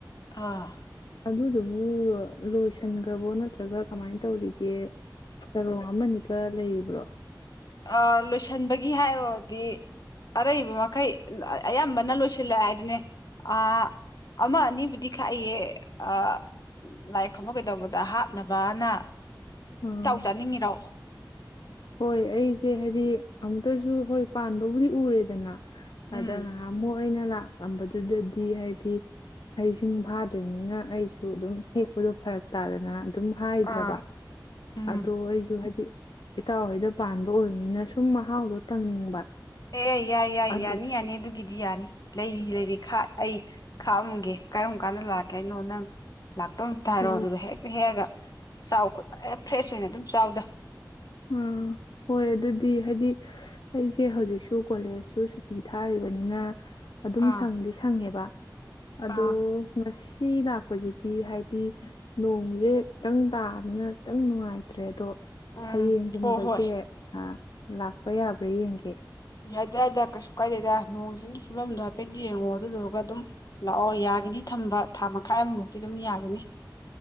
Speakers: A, on the left; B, on the left.
A: ꯑꯥ
B: ꯑꯗꯨꯗꯨꯕꯨ ꯂꯣꯏꯁꯤꯟꯈ꯭ꯔꯕꯣ ꯅꯠꯇ꯭ꯔꯒ ꯀꯃꯥꯏꯅ ꯇꯧꯔꯤꯒꯦ ꯆꯔꯣꯡ ꯑꯃꯅꯤꯒ ꯂꯩꯔꯤꯕ꯭ꯔꯣ
A: ꯑ ꯂꯣꯏꯁꯤꯟꯕꯒꯤ ꯍꯥꯏꯔꯨꯔꯗꯤ ꯑꯔꯩꯕ ꯃꯈꯩ ꯑꯌꯥꯝꯕꯅ ꯂꯣꯏꯁꯤꯜꯂꯑꯦ ꯍꯥꯏꯗꯨꯅꯦ ꯑ ꯑꯃꯅꯤꯕꯨꯗꯤ ꯈꯥꯏꯌꯦ ꯑ ꯂꯥꯏ ꯈꯨꯨꯝꯝꯕ ꯀꯩꯗꯧꯕꯗ ꯍꯥꯞꯅꯕꯅ
B: ꯎꯝ
A: ꯏꯇꯥꯎ ꯆꯥꯅꯤꯡꯉꯤꯔꯣ
B: ꯍꯣꯏ ꯑꯩꯁꯦ ꯍꯥꯏꯗꯤ ꯑꯃꯨꯛꯇꯁꯨ ꯍꯣꯏ ꯄꯥꯟꯕꯕꯨꯗꯤ ꯎꯔꯦꯗꯅ
A: ꯎꯝ
B: ꯑꯗꯪꯃ ꯣꯏꯅ ꯂꯥꯛꯑꯝꯕꯗꯨꯗꯗꯤ ꯍꯥꯏꯗꯤ ꯍꯩꯁꯤꯡ ꯐꯥꯗ꯭ꯔꯕꯅꯤꯅ ꯑꯩꯁꯨ ꯑꯗꯨꯝ ꯍꯦꯛꯄꯗꯣ ꯐꯔꯛ ꯇꯥꯗꯅ ꯑꯗꯨꯝ ꯍꯥꯏꯗ꯭ꯔꯕ
A: ꯑꯥ ꯎꯝ
B: ꯑꯗꯣ ꯑꯩꯁꯨ ꯍꯥꯏꯗꯤ ꯏꯇꯥꯎ ꯍꯣꯏꯗ ꯄꯥꯟꯕ ꯑꯣꯏꯕꯅꯤꯅ ꯁꯨꯝ ꯃꯍꯥꯎꯗꯣ ꯇꯪꯅꯤꯡꯕ
A: ꯑꯦ ꯑꯦ ꯌꯥꯏ ꯌꯥꯏ
B: ꯑꯗꯨ
A: ꯌꯥꯅꯤ ꯌꯥꯅꯤ ꯑꯗꯨꯒꯤꯗꯤ ꯌꯥꯅꯤ ꯂꯩꯔꯤ ꯂꯩꯔꯤ ꯑꯩ ꯈꯥꯛꯑꯝꯒꯦ ꯀꯔꯝ ꯀꯥꯟꯗ ꯂꯥꯛꯀꯦ ꯍꯥꯏꯅꯣ ꯅꯪ ꯂꯥꯛꯇꯧ ꯑꯝꯇ ꯍꯥꯏꯔꯣ
B: ꯑꯣ
A: ꯑꯗꯨꯗ ꯍꯦꯛꯇ ꯍꯦꯛꯑꯒ ꯆꯥꯎ ꯍ ꯐ꯭ꯔꯦꯁ ꯑꯣꯏꯅ ꯑꯗꯨꯝ ꯆꯥꯎꯗ
B: ꯑꯥ ꯍꯣꯏ ꯑꯗꯨꯗꯤ ꯍꯥꯏꯗꯤ ꯑꯩꯁꯦ ꯍꯧꯖꯤꯛꯁꯨ ꯀꯣꯂꯦꯖꯁꯨ ꯁꯨꯇꯤ ꯊꯥꯔꯤꯕꯅꯤꯅ ꯑꯗꯨꯝ
A: ꯑꯥ
B: ꯁꯪꯗꯤ ꯁꯪꯉꯦꯕ ꯑꯗꯣ
A: ꯑꯥ
B: ꯅ ꯁꯤ ꯂꯥꯛꯄꯁꯤꯗꯤ ꯍꯥꯏꯗꯤ ꯗꯤ ꯅꯣꯡꯖꯦ ꯇꯪ ꯇꯥꯕꯅꯤꯅ ꯈꯤꯇꯪ ꯅꯨꯡꯉꯥꯏꯇ꯭ꯔꯦ ꯑꯗꯣ
A: ꯎꯝ
B: ꯍꯌꯦꯡꯒꯨꯝꯕꯁꯦ
A: ꯍꯣꯏ ꯍꯣꯏ
B: ꯑ ꯂꯥꯛꯄ ꯌꯥꯕ꯭ꯔꯥ ꯌꯦꯡꯒꯦ
A: ꯌꯥꯏꯗ ꯌꯥꯏꯗ ꯀꯩꯁꯨ ꯀꯥꯏꯗꯦꯗ ꯅꯣꯡ ꯆꯤꯡꯒꯤ ꯐꯤꯕꯝꯗꯣ ꯍꯥꯏꯐꯦꯠ ꯌꯦꯡꯉꯣ ꯑꯗꯨꯗꯨꯒ ꯑꯗꯨꯝ ꯂꯥꯛꯑꯣ ꯌꯥꯒꯅꯤ ꯊꯝꯕ ꯊꯥ ꯃꯈꯥꯏ ꯑꯃꯃꯨꯛꯇꯤ ꯑꯗꯨꯝ ꯌꯥꯒꯅꯤ